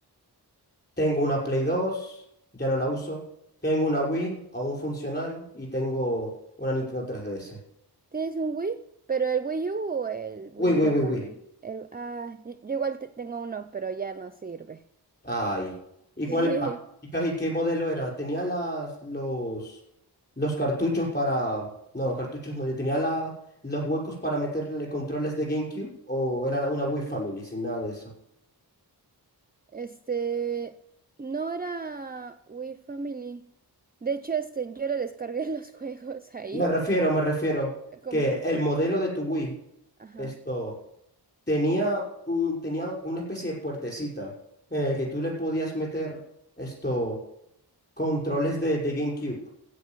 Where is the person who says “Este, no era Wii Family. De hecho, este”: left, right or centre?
Right